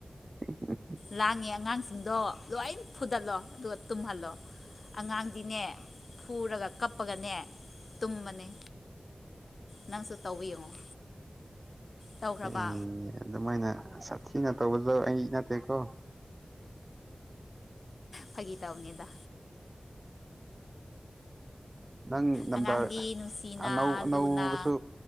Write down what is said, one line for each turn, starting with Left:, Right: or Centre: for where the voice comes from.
Right: <unintelligible>
Left: ꯂꯥꯡꯉꯦ ꯑꯉꯥꯡꯁꯤꯡꯗꯣ ꯂꯣꯏ ꯐꯨꯗꯠꯂꯣ ꯑꯗꯨꯒ ꯇꯨꯝꯍꯜꯂꯣ ꯑꯉꯥꯡꯗꯤꯅꯦ ꯐꯨꯔꯒ ꯀꯞꯄꯒꯅꯦ ꯇꯨꯝꯃꯅꯦ ꯅꯪꯁꯨ ꯇꯧꯕ ꯌꯦꯡꯉꯣ ꯇꯧꯈ꯭ꯔꯕ
Right: ꯑꯦꯏ ꯑꯗꯨꯃꯥꯏꯅ ꯁꯥꯊꯤꯅ ꯇꯧꯕꯖꯨ ꯑꯩ ꯅꯠꯇꯦꯀꯣ
Left: ꯐꯥꯒꯤ ꯇꯧꯅꯤꯗ
Right: ꯅꯪ ꯅꯝꯕꯔ
Left: ꯑꯉꯥꯡꯗꯤ ꯅꯨꯡꯁꯤꯅ
Right: ꯑꯅꯧ ꯑꯅꯧꯕꯁꯨ
Left: ꯂꯨꯅ